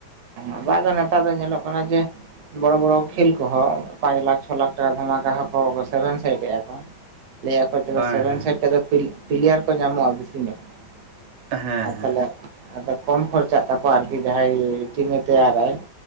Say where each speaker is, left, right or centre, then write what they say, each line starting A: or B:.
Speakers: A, on the right (about 70°); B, on the right (about 80°).
A: ᱟᱵᱚᱣᱟᱜ ᱫᱚ ᱱᱮᱛᱟᱨ ᱫᱚ ᱧᱮᱞᱚᱜ ᱠᱟᱱᱟ ᱡᱮ ᱹᱹᱹ ᱵᱚᱲᱚ ᱵᱚᱲᱚ ᱠᱷᱮᱞ ᱠᱚᱦᱚᱸ ᱯᱟᱸᱪ ᱞᱟᱠᱷ ᱪᱷᱚ ᱞᱟᱠᱷ ᱴᱟᱠᱟ ᱫᱷᱟᱢᱟᱠᱟ ᱦᱚᱸ ᱠᱚ ᱥᱮᱵᱷᱮᱱ ᱥᱟᱭᱤᱰ ᱮᱜᱼᱟ ᱠᱚ ᱾ ᱞᱟᱹᱭ ᱟᱠᱚ ᱪᱮᱫ
B: ᱦᱳᱭ
A: ᱥᱮᱵᱷᱮᱱ
B: ᱦᱮᱸ
A: ᱥᱟᱭᱤᱰ ᱛᱮᱫᱚ ᱯᱤᱞ-ᱯᱤᱞ ᱯᱤᱞᱤᱭᱟᱨ ᱠᱚ ᱧᱟᱢᱚᱜᱼᱟ ᱵᱤᱥᱤ ᱧᱚᱜ ᱾
B: ᱦᱮᱸ
A: ᱟᱨ
B: ᱦᱮᱸ
A: ᱛᱟᱦᱞᱮ ᱟᱫᱚ ᱠᱚᱢ ᱠᱷᱚᱨᱪᱟᱜ ᱛᱟᱠᱚᱣᱟ ᱟᱨᱠᱤ ᱡᱟᱦᱟᱸᱭ ᱴᱤᱢᱮ ᱛᱮᱭᱟᱨᱟᱭ ᱾